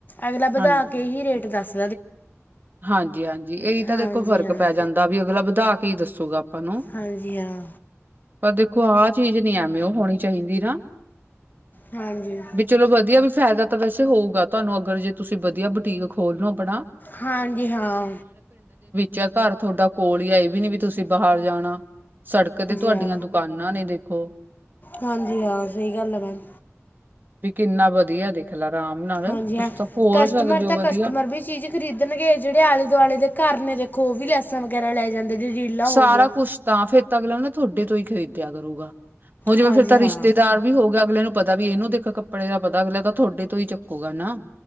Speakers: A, on the left (about 40°); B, on the right (about 40°).
A: ਅਗਲਾ ਵਧਾ
B: ਹਾਂਜੀ
A: ਕੇ ਹੀ ਰੇਟ ਦੱਸ
B: ਹਾਂਜੀ ਹਾਂਜੀ ਇਹੀ ਤਾਂ
A: ਹਾਂਜੀ
B: ਦੇਖੋ ਫ਼ਰਕ
A: ਹਾਂ
B: ਪੈ ਜਾਂਦਾ ਵੀ ਅਗਲਾ ਵਧਾ ਕੇ ਹੀ ਦੱਸੂਗਾ ਆਪਾਂ ਨੂੰ
A: ਹਾਂਜੀ ਹਾਂ
B: ਪਰ ਦੇਖੋ ਆਹ ਚੀਜ਼ ਨੀ ਐਵੇਂ ਉਹ ਹੋਣੀ ਚਾਹੀਦੀ ਨਾ
A: ਹਾਂਜੀ ਹਾਂਜੀ ਹਾਂ
B: ਵੀ ਚਲੋ ਵਧੀਆ ਵੀ ਫਾਇਦਾ ਤਾਂ ਵੈਸੇ ਹੋਊਗਾ ਤੁਹਾਨੂੰ ਅਗਰ ਜੇ ਤੁਸੀਂ ਵਧੀਆ ਬੁਟੀਕ ਖੋਲ ਲੋ ਆਪਣਾ
A: ਹਾਂਜੀ ਹਾਂ
B: ਜ ਘਰ ਤੁਹਾਡਾ ਕੋਲ ਹੀ ਇਹ ਵੀ ਨੀ ਤੁਸੀਂ ਬਾਹਰ ਜਾਣਾ ਸੜਕ ਤੇ ਤੁਹਾਡੀਆਂ
A: ਹਾਂ
B: ਦੁਕਾਨਾਂ ਨੇ ਦੇਖੋ
A: ਹਾਂਜੀ ਹਾਂ ਸਹੀ ਗੱਲ ਆ ਭੈਣ
B: ਵੀ ਕਿੰਨਾ ਵਧੀਆ ਦੇਖ ਚ ਆਰਾਮ ਨਾਲ
A: ਹਾਂਜੀ
B: ਤੁ
A: ਹਾਂ
B: ਤਾਂ ਭੋਲ
A: ਕਸਟਮਰ
B: ਸਕਦੇ ਹੋ
A: ਤਾਂ
B: ਵਧੀਆ
A: ਕਸਟਮਰ ਵੀ ਚੀਜ਼ ਖਰੀਦਣਗੇ ਜਿਹੜੇ ਆਲੇ ਦੁਆਲੇ ਦੇ ਘਰ ਨੇ ਦੇਖੋ ਉਹ ਵੀ ਲੈਸਾਂ ਵਗੈਰਾ ਲੈ ਜਾਂਦੇ। ਨੇ ਰੀਲਾਂ ਹੋ
B: ਸਾਰਾ
A: ਗਈਆਂ
B: ਕੁਛ ਤਾਂ ਫਿਰ ਤਾਂ ਅਗਲਾ ਨਾ ਤੁਹਾਡੇ ਤੋਂ ਹੀ ਖ਼ਰੀਦਿਆ ਕਰੂੰ ਗਾ। ਹੋਜੂ
A: ਹਾਂਜੀ
B: ਫੇਰ ਤਾਂ
A: ਹਾਂ
B: ਰਿਸ਼ਤੇਦਾਰ ਵੀ ਹੋ ਗਿਆ। ਅਗਲੇ ਨੂੰ ਪਤਾ ਵੀ ਇਹਨੂੰ ਦੇਖ ਕੱਪੜੇ ਦਾ ਪਤਾ ਅਗਲੇ ਤਾਂ ਤੁਹਾਡੇ ਤੋਂ ਹੀ ਚੱਕੂਗਾ ਨਾ